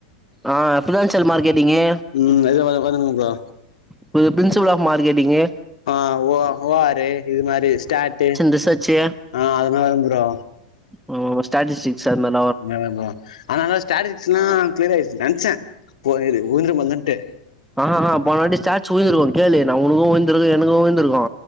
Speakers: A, in the centre; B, on the left.
A: ஆ ஃபினான்சியல் மார்க்கெட்டிங்கு
B: உம் அது வேற ஒக்காந்துனுக்கு ப்ரோ
A: புது பிரின்சிபல் ஆஃப் மார்க்கெட்டிங்கு
B: ஆ ஓ ஓ ஆர் இது மாரி ஸ்டாட்டு
A: ரிசச்சு
B: ஆ அதுனாலு ப்ரோ
A: ஓ ஸ்டாட்டசிக்ஸ் அது மார்
B: நேவர் ப்ரோ அத்னால ஸ்டாட்டஜிக்ஸ்லா கிளியர் ஆயிச்சி நென்ச்சே போனீரு ஊந்து மந்துன்ட்டு
A: ஆஹ் ஹா ஹா போனவாட்டி ஸ்டாச்சு உயிந்திருக்கு கேளு நா உனக்கோ உயிந்துருக்கு எனக்கு உய்ந்துருக்கு